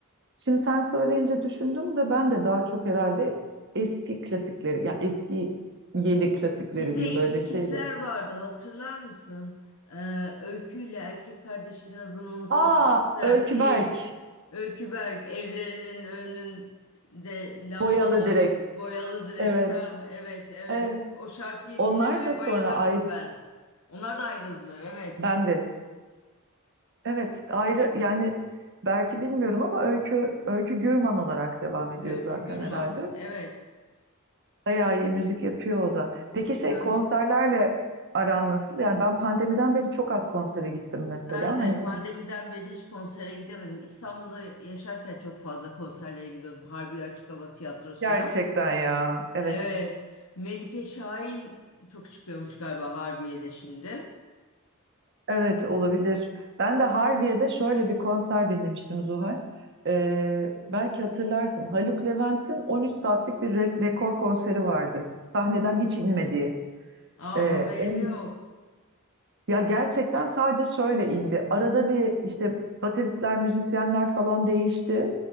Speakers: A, on the right; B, on the left.
A: Şimdi sen söyleyince düşündüm de ben de daha çok herhalde eski klasikleri ya eski yeni klasikleri
B: Bir de
A: diyeyim
B: ikizler
A: böyle şeyleri.
B: vardı hatırlar mısın? Ee, Öykü ile erkek kardeşinin adını unuttum.
A: Aa
B: İkizler.
A: Öykü
B: Ev,
A: Berk,
B: Öykü Berk evlerinin önünde lambalar.
A: Boyalı Direk.
B: Boyalı direk.
A: Evet,
B: Ha, evet evet.
A: evet.
B: O şarkıyı
A: Onlar
B: dinlemeye
A: da sonra
B: bayılırdım
A: ayrı
B: ben. Onlar da ayrıldılar evet.
A: ben de. Evet, ayrı yani belki bilmiyorum ama Öykü Öykü Gürman olarak devam ediyor
B: Öykü
A: zaten
B: Gürman.
A: herhalde.
B: Evet.
A: Bayağı iyi müzik yapıyor o da. Peki
B: Çok
A: şey
B: güzel
A: konserlerle
B: müzik.
A: aran nasıl? Yani ben pandemiden beri çok az konsere gittim mesela.
B: Ben de
A: Hani sen
B: pandemiden beri hiç konsere gidemedim. İstanbul'da yaşarken çok fazla konserlere gidiyordum. Harbiye Açık Hava Tiyatrosu'na.
A: Gerçekten ya.
B: Evet.
A: Evet
B: Melike Şahin çok çıkıyormuş galiba Harbiye'de şimdi.
A: Evet olabilir. Ben de Harbiye'de şöyle bir konser dinlemiştim Zuhal. Ee, belki hatırlarsın Haluk Levent'in 13 saatlik bir re- rekor konseri vardı. Sahneden hiç inmediği.
B: Aa
A: Ee,
B: haberim
A: en
B: yok.
A: ya gerçekten sadece şöyle indi. Arada bir işte bateristler, müzisyenler falan değişti.